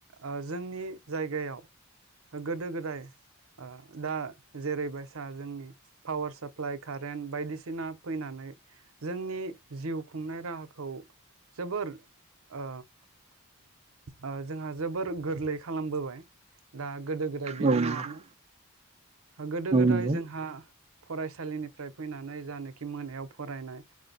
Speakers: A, on the right; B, on the right.
A: ओ जोंनि जायगायाव गोदो गोदाय ओ दा जेरैबायसा जोंनि पावार साप्लाइ कारेन्ट बायदिसिना फैनानै जोंनि जिउ खुंनाय राहाखौ जोबोर ओ ओ जोंहा जोबोर गोरलै खालामबोबाय। दा गोदो गोदाय बिदि
B: नंगौ औ
A: नङामोन गोदो गोदाय
B: नंगौ
A: जोंहा फरायसालिनिफ्राय फैनानै जानोखि मोनायाव फरायनाय